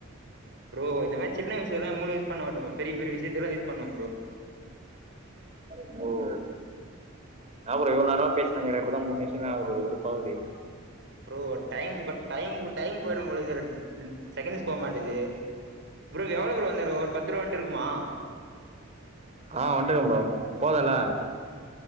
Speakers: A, on the right; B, on the right.
A: ப்ரோ இந்த மேரி சின்ன விஷ்யோலா மூளையே யூஸ் பண்ண மாட்டோ பெரிய பெரிய விஷ்யத்துக்குல்லா யூஸ் பண்ணுவோ ப்ரோ
B: ப்ரோ இன்னா ப்ரோ இவ்ளோ நேரமா பேசினுக்குறே இப்பதா மூணு நிம்ஷமே ஆவ போது வெறுப்பாவுது
A: ப்ரோ டைம் டைமு டைம் போயிடோ போல செகண்ட்ஸ் போக மாட்டேங்குது ப்ரோ இது எவளோ ப்ரோ வந்துருக்கோ ஒரு பத்துரவுண்டு இருக்குமா
B: அ வன்ட்றுக்கோ ப்ரோ போதோல